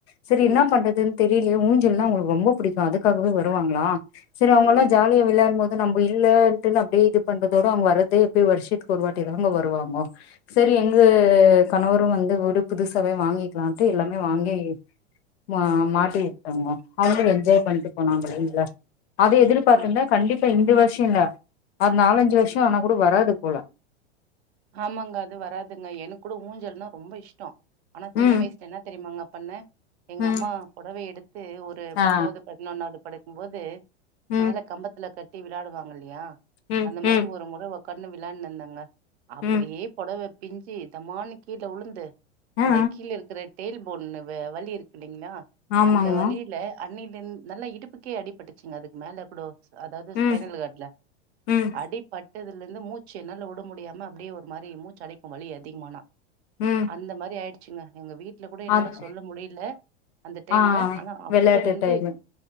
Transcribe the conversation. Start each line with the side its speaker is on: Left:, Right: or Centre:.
Left: சரி
Right: ம்
Left: என்னப் பண்றதுன் தெரியலியே ஊஞ்சல்லா அவுங்ளுக்கு ரொம்ப புடிக்கு அதுக்காகவே வருவாங்ளா சரி அவுங்கலா
Right: ம்
Left: ஜாலியா விளையாட்ம்போது நம்ம இல்லன்ட்டு அப் இது பண்றதோட அவுங்க வர்றது தே எப்பியோ வருஷத்துக்கு ஒரருவாட்டி தானங்க வருவாங்கோ செரி எங்க கணவரு வந்து ஒரு புதுச வாங்கிக்லான்ட்டு எல்லாமே வாங்கி மா மாட்டிட்டங்கோ அவுங்களு என்ஜாய் பண்ட்டு போனாங்களே இல்ல அத எதிர்பாத்துந்தா
Right: ஆ
Left: கண்டிப்பா இந்த வருஷோ இல்ல அது நாலஞ்சி வருஷோ ஆனாக் கூ கு வராது போல
Right: ஆமாங்க அது வராதுங்க எனக் கூட ஊஞ்சல்னா ரொம்ப இஷ்டோ ஆனா சின்ன
Left: ம்
Right: வய்சுல என்ன தெரியுமாங்கப் பண்ண எங்க
Left: ம்
Right: அம்மா பொடவ எடுத்து ஒரு பத்தாவது
Left: ஆ
Right: பதினொன்னாவது படிக்கும்போது
Left: ம்
Right: மேல கம்பத்துல கட்டி விளாடுவாங்க இல்லியா
Left: ம்
Right: அந்த மாரி
Left: ம்
Right: ஒரு மொற ஊக்காண்ணு விளான்னுந்தங்க அப்டியே
Left: ம்
Right: பொடவ பிஞ்சி தமால்னு கீழ உலுந்து அந்த
Left: ஆ
Right: கீல இருக்குற டெயில் போன்னு வ வலி இருக்கு இல்லைங்ளா
Left: ஆமாங்க
Right: அந்த வலில அன்னில் லென் நல்லா இடுப்புக்கே அடிபட்டுச்சிங்க அதுக் மேல குடோ அதாவ்து
Left: ம்
Right: ஸ்பைனல் கார்ட்ல
Left: ம்
Right: அடி பட்டதுலருந்து மூச்சி என்னால வுட முடியாம் ம் அப்டியே ஒரு மாரி மூச்சடைக்கு வலி அதிகமானா
Left: ம்
Right: அந்த மாரி ஆயிடுச்சிங்க எங்க வீட் ல கூட என்னால
Left: அத்
Right: சொல்ல முடில அந்த டைம்ல
Left: ஆ
Right: ஆனா அப்பருந்து
Left: வெளையாட்டு டைமு